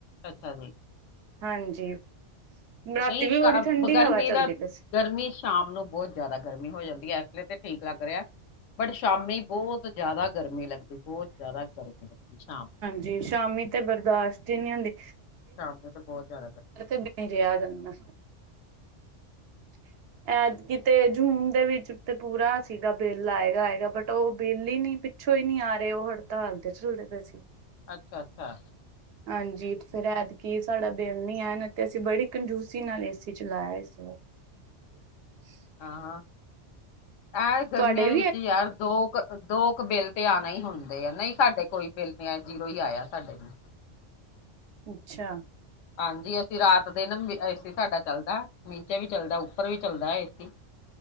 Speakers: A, on the left; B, on the right.
A: ਅੱਛਾ ਜੀ।
B: ਹਾਂਜੀ। ਰਾਤੀ
A: ਨਈ
B: ਵੀ
A: ਕਾ
B: ਬੜੀ ਠੰਡੀ
A: ਗਰਮੀ
B: ਹਵਾ ਚੱਲਦੀ
A: ਦਾ
B: ਪਈ ਸੀ
A: ਗਰਮੀ ਸ਼ਾਮ ਨੂੰ ਬੋਤ ਜਾਦਾ ਗਰਮੀ ਹੋ ਜਾਂਦੀ ਐ। ਏਸਲੇ ਤੇ ਠੀਕ ਲੱਗ ਰਿਹਾ। ਬਟ ਸ਼ਾਮੀ ਬੋਤ ਜਾਦਾ ਗਰਮੀ ਲੱਗਦੀ ਬੋਤ ਜਾਦਾ ਗਰਮੀ ਲਗਦੀ ਸ਼ਾਮ
B: ਜੀ, ਸ਼ਾਮੀ ਤੇ ਬਰਦਾਸ਼ਤ ਈ ਨੀ ਹੁੰਦੀ।
A: ਸ਼ਾਮ ਨੂ ਤਾਂ ਬਹੁਤ ਜਾਦਾਤਰ।
B: ਇਥੇ ਬੀ ਨੀ ਰਿਹਾ ਗੰਨਾ। <inaudible> ਐਤਕੀ ਤੇ ਜੂਨ ਦੇ ਵਿੱਚ ਤੇ ਪੂਰਾ ਸੀਗਾ ਬਿੱਲ ਆਏਗਾ-ਆਏਗਾ ਬਟ ਉਹ ਬਿੱਲ ਹੀ ਨੀ ਪਿੱਛੋ ਈ ਨੀ ਆ ਰਹੇ ਉਹ ਹੜਤਾਲ ਦੇ ਚਲਦੇ ਪਏ ਸੀ।
A: ਅੱਛਾ-ਅੱਛਾ।
B: ਹ ਹਾਂਜੀ ਫੇਰ ਐਤਕੀ ਸਾਡਾ ਬਿੱਲ ਨੀ ਐ, ਨੀ ਤੇ ਅਸੀਂ ਬੜੀ ਕੰਜੂਸੀ ਨਾਲ ਏ ਸੀ ਚਲਾਇਆ ਇਸ ਵਾਰ। <inaudible>
A: ਆਂ ਹਾਂ, ਯਾਰ ਗਰਮੀਆਂ
B: ਤੁਹਾਡੇ ਵੀ
A: ਦੇ ਵਿੱਚ
B: ਏਦਾਂ
A: ਯਾਰ
B: ਹੀ ਸੀ?
A: ਦੋ ਕ ਦੋ ਕੁ ਬਿੱਲ ਤੇ ਆਨਾ ਹੀ ਹੁੰਦੇ ਆ। ਨਹੀਂ ਸਾਡੇ ਕੋਈ ਬਿੱਲ ਨੀ ਆ ਜੀਰੋ ਈ ਆਇਆ ਸਾਡੇ ਵੀ।
B: ਅੱਛਾ।
A: ਹਾਂਜੀ ਅਸੀਂ ਰਾਤ ਦਿਨ ਮ ਏ ਸੀ ਸਾਡਾ ਚੱਲਦਾ, ਨੀਚੇ ਵੀ ਚੱਲਦਾ, ਉੱਪਰ ਵੀ ਚੱਲਦਾ ਏ ਸੀ।